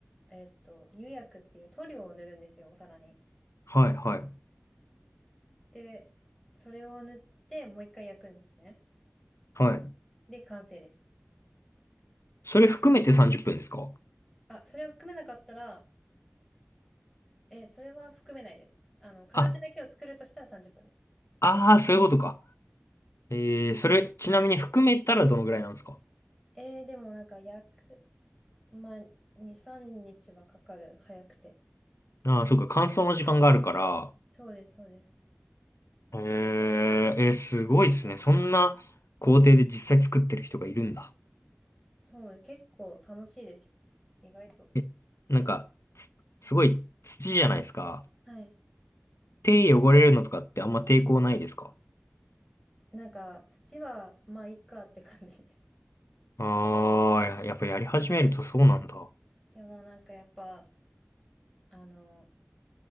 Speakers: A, in the centre; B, on the left (about 80°).
A: えっと、釉薬っていう塗料を塗るんですよ、お皿に。
B: はいはい。
A: で、それを塗ってもう一回焼くんですね。
B: はい。
A: で、完成です。
B: それ含めて30分ですか
A: あ、それを含めなかったら、え、それは含めないです。あの、形だけを作るとしたら30分です。
B: あ、ああ、そういうことか。えー、それ、ちなみに含めたらどのぐらいなんですか
A: えー、でもなんか焼く、まあ、2、3日はかかる、早くて。
B: ああー、そうか、乾燥の時間があるから。
A: そうです、そうです。
B: えー、えー、すごいですね。そんな工程で実際作ってる人がいるんだ。
A: そうです。結構楽しいですよ。意外と。
B: え、なんか、つすごい土じゃないですか。
A: はい。
B: 手汚れるのとかってあんま抵抗ないですか
A: なんか、土は、まあ、いっかって感じです。
B: ああー、ややっぱやり始めるとそうなんだ。
A: でもなんかやっぱ、あの、